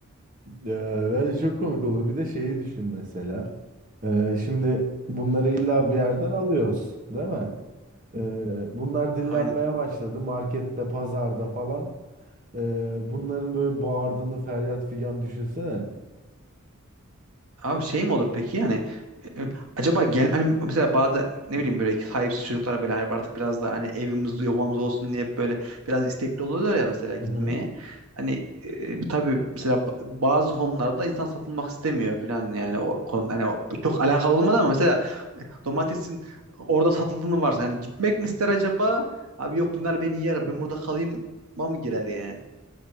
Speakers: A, on the right; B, on the right.
A: Ee, Bence çok komik olur. Bir de şeyi düşün mesela. Ee, şimdi bunları illa bir yerden alıyoruz, değil mi? Ee, bunlar dillenmeye
B: Aynen.
A: başladı markette, pazarda falan. Ee, bunların böyle bağırdığını feryat figan düşünsene.
B: Abi şey mi olur peki yani e, acaba gel hani mesela bazı ne bileyim böyle sahipsiz çocuklara böyle hani artık biraz da hani evimiz yuvamız olsun diye böyle biraz istekli oluyorlar ya mesela gitmeye.
A: Hı hı.
B: Hani e, tabii mesela ba- bazı konularda insan satılmak istemiyor falan yani o konu hani o, çok alakalı olmadı ama mesela domatesin orada satıldığını varsa yani gitmek mi ister acaba? Abi yok bunlar beni yer. Ben burada kalayım mı girer yani?